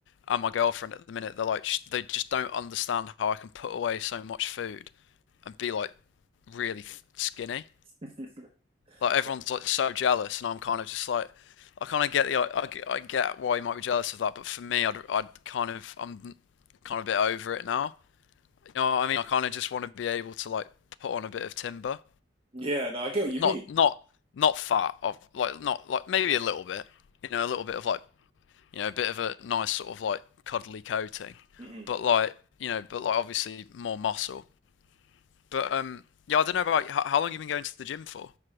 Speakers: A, on the left; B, on the right.
A: and my girlfriend at the minute. They're like, sh- they just don't understand how I can put away so much food, and be like, really th- skinny.
B: <laughs>
A: Like everyone's
B: Yeah.
A: like so jealous, and I'm kind of just like, I kind of get the, I, I get- I get why you might be jealous of that. But for me, I'd, I'd kind of, I'm kind of a bit over it now. You know what I mean? I kind of just want to be able to like put on a bit of timber,
B: Yeah, no, I get what you
A: not
B: mean.
A: not not fat, of like not like maybe a little bit, you know, a little bit of like you know a bit of a nice sort of like cuddly coating,
B: hmm
A: but like you know, but like obviously more muscle. But um, yeah, I don't know about how, how long you have been going to the gym for,